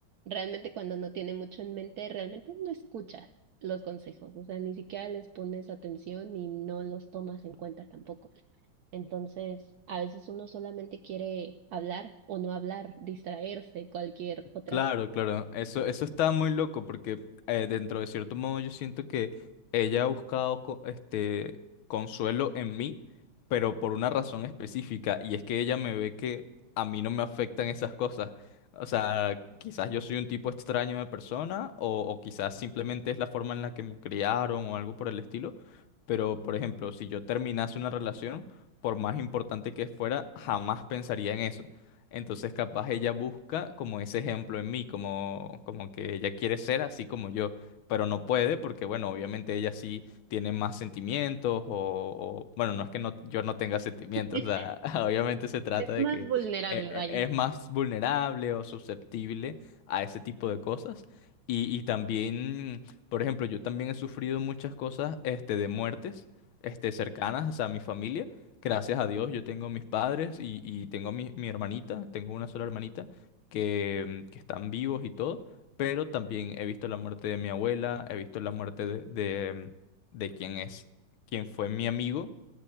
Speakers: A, on the right; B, on the left.
A: realmente cuando no tiene mucho en mente, realmente no escuchas los consejos, o sea, ni siquiera les pones atención y no los tomas en cuenta tampoco. Entonces, a veces uno solamente quiere hablar o no hablar, distraerse, cualquier otra.
B: Claro, claro. Eso, eso está muy loco porque eh, dentro de cierto modo yo siento que ella ha buscado co- este consuelo en mí, pero por una razón específica y es que ella me ve que a mí no me afectan esas cosas. O sea, quizás yo soy un tipo extraño de persona o, o quizás simplemente es la forma en la que me criaron o algo por el estilo pero, por ejemplo, si yo terminase una relación, por más importante que fuera, jamás pensaría en eso. Entonces, capaz ella busca como ese ejemplo en mí, como, como que ella quiere ser así como yo, pero no puede porque, bueno, obviamente ella sí tiene más sentimientos o, o- bueno, no es que no, yo no tenga sentimientos,
A: <laughs>
B: o sea, <laughs> obviamente se trata
A: Es
B: de
A: más
B: que
A: vulnerable,
B: e- e-
A: vaya.
B: es más vulnerable o susceptible a ese tipo de cosas. Y, y también por ejemplo, yo también he sufrido muchas cosas, este, de muertes, este, cercanas, o sea, a mi familia. Gracias a Dios, yo tengo mis padres y, y tengo mi, mi hermanita, tengo una sola hermanita que, mm, que están vivos y todo, pero también he visto la muerte de mi abuela, he visto la muerte de, de, mm, de quien es, quien fue mi amigo